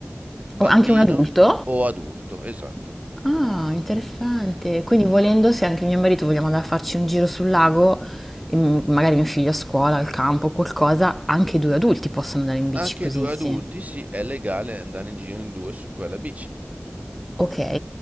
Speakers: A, on the right; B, in the centre.
A: bambino
B: O anche un adulto?
A: o adulto, esatto.
B: Ah, interessante. Quindi volendo, se anche mio marito vogliamo andare a farci un giro sul lago, e m- magari mio figlio a scuola, al campo, qualcosa, anche i due adulti possono andare in
A: Anche
B: bici così
A: due
B: insieme.
A: adulti, sì, è legale andare in giro in due su quella bici.
B: Ok.